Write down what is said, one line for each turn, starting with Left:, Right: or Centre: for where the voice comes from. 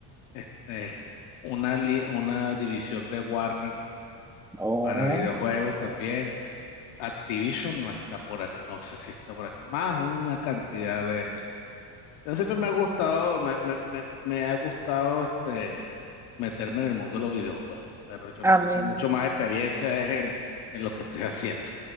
Left: este, una, li- una división de Warner
Centre: Oh.
Left: para videojuegos también. Activision no está por aquí, no sé si está por acá, más una cantidad de, Yo siempre me ha gustado, me, me, me, me ha gustado este, meterme en el mundo de los videojuegos, pero yo
Centre: A
Left: tengo
Centre: mí.
Left: mucho más experiencia es en, en lo que estoy <laughs> haciendo.